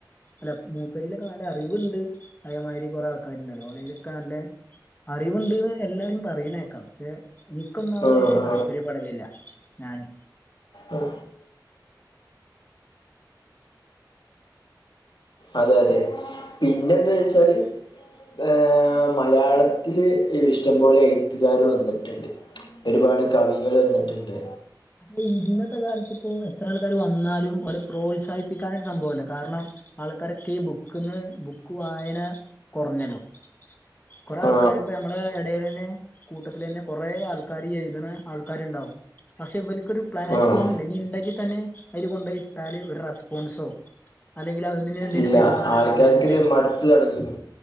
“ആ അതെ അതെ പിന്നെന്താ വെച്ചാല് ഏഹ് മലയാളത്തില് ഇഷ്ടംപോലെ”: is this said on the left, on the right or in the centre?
Left